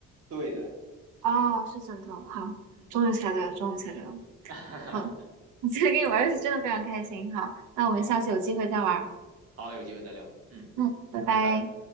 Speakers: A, on the right; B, on the right.
A: 对的，
B: 啊，
A: 枕头，
B: 是枕头。好，
A: 嗯，
B: 终于猜对了，
A: 对的，
B: 终于猜对了。
A: <laughs>
B: 好，<laughs> 我今天跟你玩儿游戏真的非常开心。好，那我们下次有机会再玩儿
A: 嗯，好，有机会再聊，嗯，
B: 嗯，拜拜。
A: 拜拜。